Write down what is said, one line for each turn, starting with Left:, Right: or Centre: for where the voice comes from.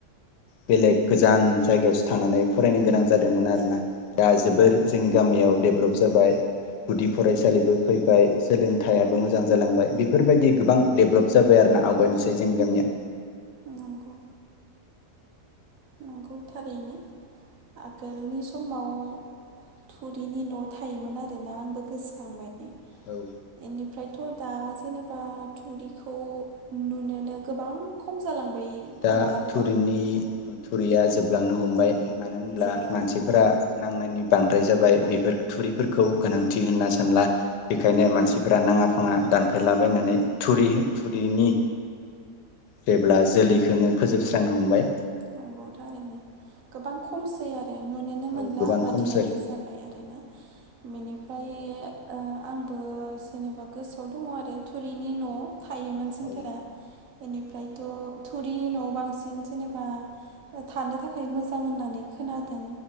Left: बेलेग गोजान जायगायावसो थांनानै फरायनो गोनां जादोंमोन आरोना। दा जोबोर
Right: औ
Left: जोंनि गामियाव दे ब्लप जाबाय गुदि फरायसालिबो फैबाय सोलोंथायाबो मोजां जालांबाय बेफोरबायदि गोबां देब्लप जाबाय आरो ना आवगायनोसै जोंनि गामिया।
Right: नंगौ। नंगौ थारैनो आगोलनि समाव थुरिनि न थायोमोन आरोना आंबो गोसोखांबाय
Left: औ
Right: बेनिफ्रायथ दा जेनेबा थुरिखौ नुनोनो गोबां खम जालांबाय। खोमा
Left: दा
Right: आरोना
Left: थुरिनि थुरिया जोबलांनो हमबाय। मानो होनब्ला
Right: जोबलांनो
Left: मानसिफोरा
Right: हमबाय
Left: नांनायनि बांद्राय जाबाय बेफोर थुरिफोरखौ गोनांथि होनना सानला। बेखायनो
Right: उम
Left: मानसिफोरा नाङा फाङा दान फायलाबायनानै थुरि थुरिनि जेब्ला जोलै खौनो फोजोबस्रांनो हमबाय
Right: नंग थारैनो गोबां खमसै आरो आरो नुनोनो मोनला
Left: औ गोबां
Right: बादियानो
Left: खमसै
Right: जाबाय आरोना बेनि ओमफ्राय ओ आंबो जेनेबा गोसोआव दङ आरो थुरिनि न थायोमोन जोंफोरा
Left: औ
Right: बेनिफ्रायथ थुरिनि नआव बांसिन जेनबा बा थानो थाखाय मोजां होननानै खोनादों